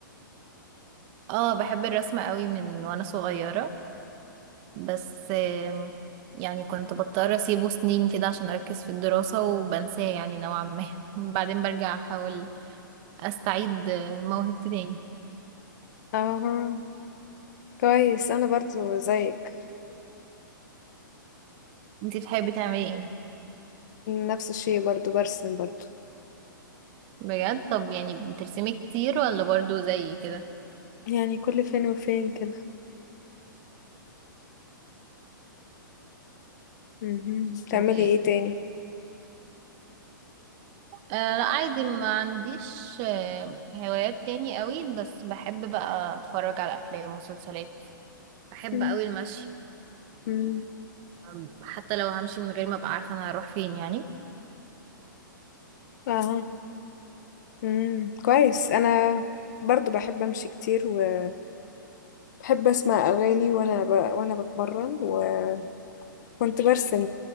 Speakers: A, on the right; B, on the left.
A: اه بحب الرسم قوي من وانا صغيرة بس آم، يعني كنت بضطر اسيبه سنين كده عشان اركز في الدراسة وبنساه يعني نوعا ما <laughs> بعدين برجع احاول استعيد آه، موهبتي تاني
B: اه كويس انا برضو زيك
A: انتي بتحبي تعملي ايه
B: نفس الشيء برضو برسم برضو
A: بجد طب يعني بترسمي كتير ولا برضو زي كده
B: يعني كل فين وفين كده مهم. بتعملي
A: ايه
B: ايه تاني؟
A: آه لا عادي ما عنديش آه هوايات تاني قوي بس بحب بقى اتفرج على افلام ومسلسلات بحب
B: مم.
A: قوي المشي
B: مم.
A: أم، حتى لو همشي من غير ما ابقى عارفة انا هروح فين يعني
B: اه مم. كويس انا برضو بحب امشي كتير وبحب اسمع اغاني وانا ب... وانا بتمرن وكنت برسم